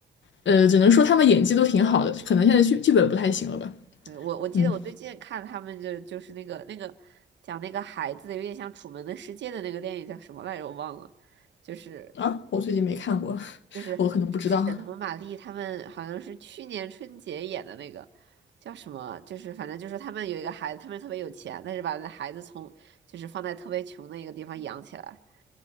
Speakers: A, on the left; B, on the right.
A: 呃，只能说他们演技都挺好的，可能现在剧剧本不太行了吧。
B: 对我我记得我最近看他们就就是那个那个讲那个孩子的有点像《楚门的世界》的那个电影叫什么来着，
A: 嗯
B: 我忘了，就是
A: 啊，我最近没看过，<laughs>
B: 就是沈腾、
A: 我可能不知道。
B: 马丽他们好像是去年春节演的那个叫什么，就是反正就是他们有一个孩子，他们特别有钱，但是把那孩子从就是放在特别穷的一个地方养起来，